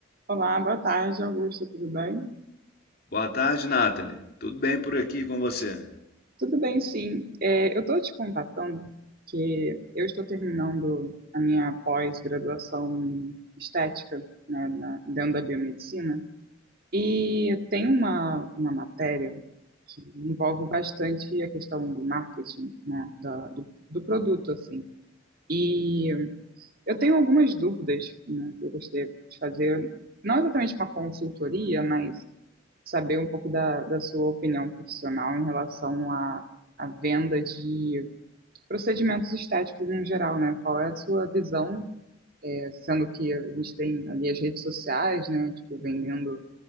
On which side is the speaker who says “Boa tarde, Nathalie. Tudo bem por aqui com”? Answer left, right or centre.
Left